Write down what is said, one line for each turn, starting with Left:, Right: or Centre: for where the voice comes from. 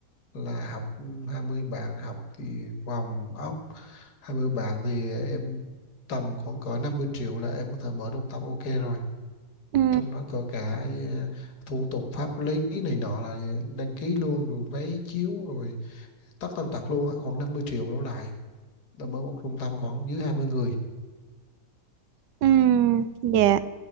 Left: là học ừ, 20 bạn học thì vòng ốc 20 bạn thì em tầm khoảng cỡ 50 triệu là em có thể mở trung tâm ok rồi.
Right: ừ.
Left: Trong đó có cả ờ, thủ tục pháp lý này nọ là đăng ký luôn rồi máy chiếu rồi tất tần tật luôn á, khoảng 50 triệu đổ lại. Là mở một trung tâm khoảng dưới 20 người.
Right: Ừm, dạ